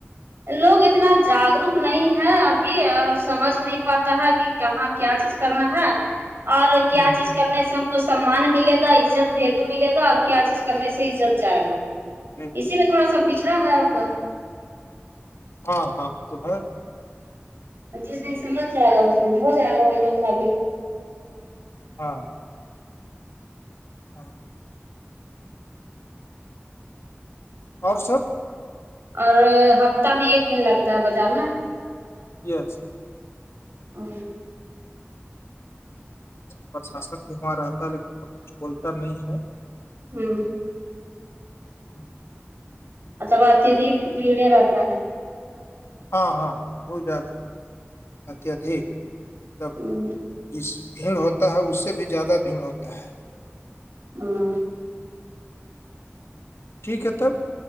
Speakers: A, on the right; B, on the left.
A: لوگ اتنا جاگروک نہیں ہے ابھی اور سمجھ نہیں پاتا ہے کہ کہاں کیا چیز کرنا ہے اور کیا
B: ہ
A: چیز کرنے سے ہم کو سمان ملے گا عت ویلو ملے گا اور کیا چیز کرنے سے عت جائے گا
B: جی
A: اسی میں تھوا سا پچھا ہے اور کا
B: ہاں ہاں تو ہے
A: جس دن سمجھ جائے گا اس دن ہو جائے گا وہ لوگ کا بھی
B: ہاں ہاں اور سر
A: اور ہفتہ میں ایک دن لگتا ہے بازار نا
B: یس
A: <unintelligible>
B: پرشاسن بھی وہاں رہتا لیکن پر کچھ بولتا نہیں ہے
A: ہاں
B: ہوں
A: الب اتیہدک بھیڑے رہتا ہے
B: ہاں ہاں بہت زیادہ اتدک سب
A: ہوں
B: جس بھیڑ ہوتا ہے اس سے بھی زیادہ بھیڑ ہوتا ہے
A: ہاں
B: ٹھیک ہے تب